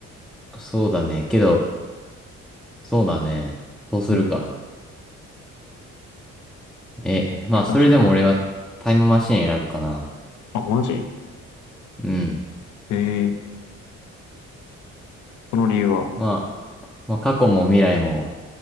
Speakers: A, in the centre; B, on the left.
A: そうだね。けど、そうだね。そうするか。
B: うん。
A: え、まあそれでも俺はタイムマシン選ぶかな。
B: やどうしようかな。あ、マジ
A: うん。
B: ええその理由は。
A: まあ、まあ過去も未来も